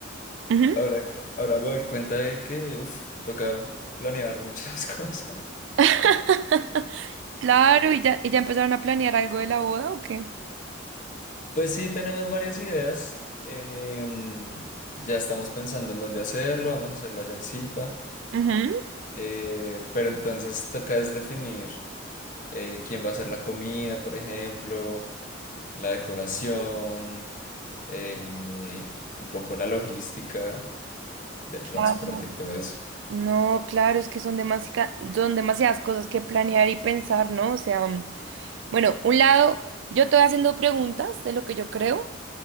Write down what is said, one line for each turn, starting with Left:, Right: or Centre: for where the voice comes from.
Right: Ujú.
Left: ahora, ahora me doy cuenta de que, uff, toca planear muchas <laughs> cosas.
Right: <laughs> Claro, ¿y ya, y ya empezaron a planear algo de la boda o qué?
Left: Pues sí, tenemos varias ideas. Em, ya estamos pensando en dónde hacerlo, vamos a hacerlo allá en Zipa.
Right: Ujú.
Left: Eh, pero entonces toca es definir. eh, quién va a hacer la comida, por ejemplo, la decoración, eh, un poco la logística del
Right: Claro.
Left: transporte y todo eso.
Right: No, claro, es que son demasica- son demasiadas cosas que planear y pensar, ¿no? O sea. Bueno, un lado, yo te voy haciendo preguntas de lo que yo creo